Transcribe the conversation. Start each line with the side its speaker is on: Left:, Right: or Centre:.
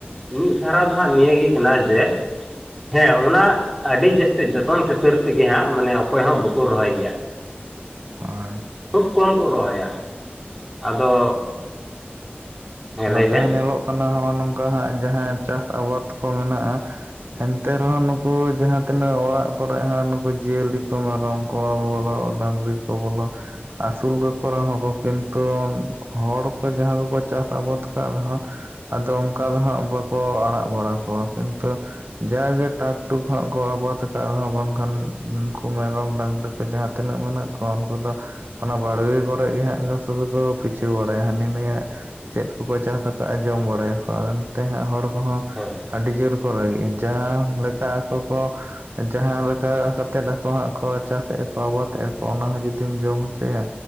Centre: ᱢᱤᱫ ᱫᱷᱟᱨᱟ ᱫᱚ ᱦᱟᱸᱜ ᱱᱤᱭᱟᱹᱟᱹ ᱜᱮ ᱠᱟᱱᱟ ᱡᱮ ᱦᱮᱸ ᱚᱱᱟ ᱟᱹᱰᱤ ᱡᱟᱹᱥᱛᱤ ᱡᱚᱛᱚᱱ ᱠᱷᱟᱹᱛᱤᱨ ᱛᱮᱜᱮ ᱦᱟᱸᱜ ᱢᱟᱱᱮ ᱚᱠᱚᱭ ᱦᱚᱸ ᱵᱟᱠᱚ ᱨᱚᱦᱚᱭ ᱜᱮᱭᱟ
Right: ᱦᱳᱭ
Centre: ᱠᱷᱩᱵᱽ ᱠᱚᱢ ᱠᱚ ᱨᱚᱦᱚᱭᱟ ᱟᱫᱚ ᱦᱮᱸ
Right: ᱱᱚᱛᱮ
Centre: ᱞᱟᱹᱭ ᱵᱮᱱ
Right: ᱦᱚᱸ ᱧᱮᱞᱚᱜ ᱠᱟᱱᱟ ᱱᱚᱜᱼᱚᱭ ᱱᱚᱝᱠᱟ ᱦᱟᱸᱜ ᱡᱟᱦᱟᱸ ᱪᱟᱥ ᱟᱵᱟᱫᱽ ᱠᱚ ᱢᱮᱱᱟᱜᱼᱟ ᱮᱱᱛᱮ ᱨᱮᱦᱚᱸ ᱱᱩᱠᱩ ᱡᱟᱦᱟᱸ ᱛᱤᱱᱟᱹᱜ ᱚᱲᱟᱜ ᱠᱚᱨᱮ ᱦᱟᱸ ᱱᱩᱠᱩ ᱡᱤᱭᱟᱹᱞᱤ ᱠᱚ ᱢᱮᱨᱚᱢ ᱠᱚ ᱵᱚᱞᱚᱜ ᱰᱟᱝᱨᱤ ᱠᱚ ᱵᱚᱞᱚ ᱟᱹᱥᱩᱞ ᱜᱮ ᱠᱚ ᱨᱮᱦᱚᱸ ᱠᱚ ᱠᱤᱱᱛᱩ ᱦᱚᱲ ᱠᱚ ᱡᱟᱦᱟᱸ ᱠᱚᱠᱚ ᱪᱟᱥ <unintelligible> ᱠᱟᱫ ᱨᱮᱦᱚᱸ ᱟᱫᱚ ᱚᱱᱠᱟ ᱫᱚ ᱦᱟᱸᱜ ᱵᱟᱠᱚ ᱟᱲᱟᱜ ᱵᱟᱲᱟ ᱠᱚᱣᱟ ᱠᱤᱱᱛᱩ ᱡᱟ ᱜᱮ ᱴᱟᱠ-ᱴᱩᱠ ᱦᱚᱸᱜ ᱠᱚ ᱟᱵᱟᱫᱽ ᱟᱠᱟᱫ ᱨᱮᱦᱚᱸ ᱵᱟᱝᱠᱷᱟᱱ ᱩᱱᱠᱩ ᱢᱮᱨᱚᱢ ᱰᱟᱝᱨᱤ ᱡᱟᱦᱟᱸ ᱛᱤᱱᱟᱹᱜ ᱢᱮᱱᱟᱜ ᱠᱚᱣᱟ ᱩᱱᱠᱩ ᱫᱚ ᱚᱱᱟ ᱵᱟᱲᱜᱮ ᱠᱚᱨᱮ ᱜᱮ ᱦᱟᱸᱜ ᱥᱫᱩ ᱠᱚ ᱯᱤᱪᱷᱟᱹ ᱵᱟᱲᱟᱭᱟ ᱦᱟᱹᱱᱤ ᱱᱹᱭᱟᱜ ᱪᱮᱫ ᱠᱚᱠᱚ ᱪᱟᱥ ᱟᱠᱟᱫᱼᱟ ᱡᱚᱢ ᱵᱟᱲᱟᱭᱟ ᱠᱚ ᱮᱱᱛᱮ ᱦᱟᱸᱜ ᱦᱚᱲ ᱠᱚᱦᱚᱸ
Centre: ᱦᱳᱭ
Right: ᱟᱹᱰᱤ ᱡᱳᱨ ᱠᱚ ᱨᱟᱹᱜᱤᱫᱼᱟ ᱡᱟᱦᱟᱸ ᱞᱮᱠᱟ ᱟᱠᱚ ᱠᱚ ᱡᱟᱦᱟᱸ ᱞᱮᱠᱟ ᱠᱟᱛᱮᱜ ᱟᱠᱚ ᱦᱜ ᱠᱚ ᱪᱟᱥᱮᱫ ᱠᱚ ᱟᱵᱟᱫ ᱮᱼᱟ ᱠᱚ ᱚᱱᱟ ᱦᱚᱸ ᱡᱩᱫᱤᱢ ᱡᱚᱢ ᱦᱚᱪᱚᱭᱟ,